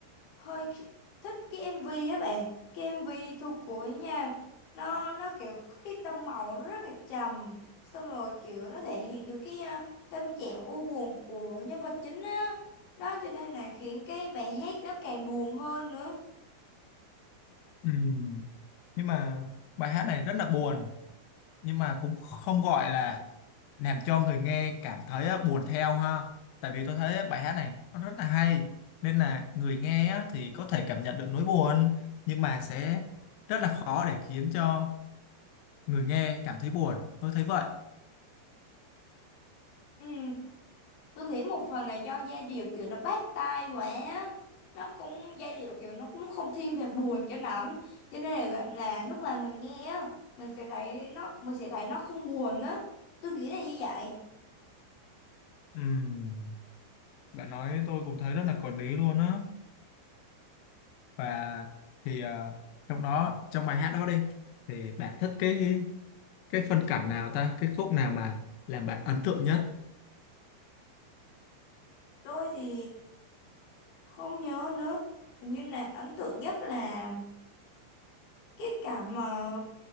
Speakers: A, on the left (about 50°); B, on the left (about 90°).
A: hơi ki- thích cái MV á bạn cái MV Thu Cuối nha nó nó kiểu có cái tông màu nó rất là trầm xong rồi kiểu nó thể hiện được cái à, tâm trạng u buồn của nhân vật chính á đó cho nên là khiến cái bài hát nó càng buồn hơn nữa
B: ừ. nhưng mà bài hát này rất là buồn nhưng mà cũng không gọi là làm cho người nghe cảm thấy á, buồn theo ha tại vì tôi thấy bài hát này nó rất là hay nên là người nghe á, thì có thể cảm nhận được nỗi buồn nhưng mà sẽ rất là khó để khiến cho người nghe cảm thấy buồn tôi thấy vậy
A: ừ, tôi nghĩ một phần là do giai điệu kiểu nó bắt tai quá á. nó cũng giai điệu kiểu nó cũng không thiên về buồn cho lắm cho nên là, là lúc mà mình nghe á mình sẽ thấy nó mình sẽ thấy nó không buồn á tôi nghĩ là như vậy
B: Ừm, bạn nói tôi cũng thấy rất là có lý luôn á và thì ờ, trong đó trong bài hát đó đi thì bạn thích cái cái phân cảnh nào ta cái khúc nào mà làm bạn ấn tượng nhất
A: Tôi thì không nhớ nữa. Hình như là ấn tượng nhất là cái cảnh mà